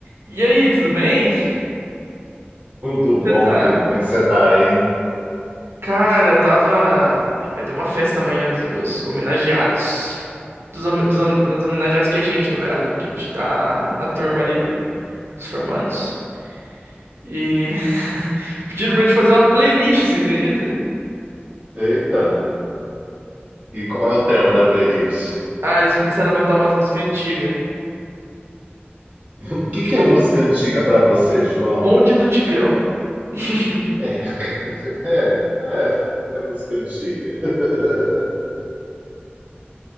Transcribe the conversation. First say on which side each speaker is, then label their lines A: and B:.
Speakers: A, on the right; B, on the right.
A: E aí, tudo bem?
B: Tudo bom,
A: Você tá?
B: querido? Como é que você tá, hein?
A: Cara, tava. Vai ter uma festa amanhã dos meus homenageados. Dos, home- dos, home- dos homenageados que é a gente, no caso, que a gente tá na turma
B: Ah,
A: ali do- dos formandos. E <laughs> pediram pra gente fazer uma playlist, você acredita?
B: Eita, e qual é o tema da playlist?
A: Ah, eles começaram a botar umas músicas antigas.
B: <laughs> O que
A: Tipo,
B: que é música antiga pra você, João?
A: Bonde do Tigrão. <laughs>
B: É, <laughs> é, é, é música antiga. <laughs>